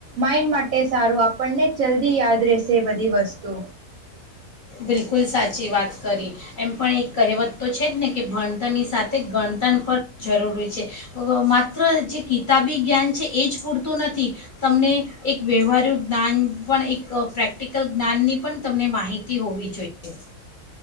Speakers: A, on the right; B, on the left.
A: માઇન્ડ માટે સારું આપણને ચ બધી યાદ રહેશે બધી વસ્તુ.
B: બિલકુલ સાચી વાત કરી, એમ પણ એક કહેવત તો છે જ ને કે ભણતરની સાથે ગણતર પણ જરૂરી છે, માત્ર જે કિતાબી જ્ઞાન છે એ જ પૂરતું નથી, તમને એક વ્યવહારું જ્ઞાન પણ એક પ્રેક્ટિકલ જ્ઞાનની પણ તમને માહિતી હોવી જોઈએ.